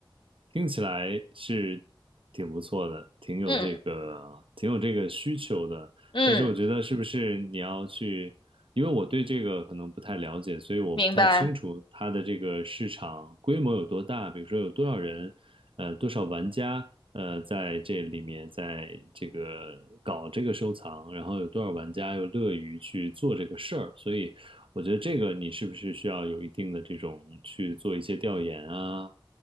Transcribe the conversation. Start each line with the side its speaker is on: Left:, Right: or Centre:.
Right: 听起来是挺不错的，挺有这个，
Left: 嗯
Right: 挺有这个需求的。
Left: 嗯，
Right: 但是我觉得是不是你要去，因为我对这个可能不太了解，所以我不太清楚它的这个市场规模有多大，
Left: 明白。
Right: 比如说有多少人，呃，多少玩家，呃，在这里面，在这个搞这个收藏，然后有多少玩家又乐于去做这个事儿，所以我觉得这个你是不是需要有一定的这种去做一些调研啊？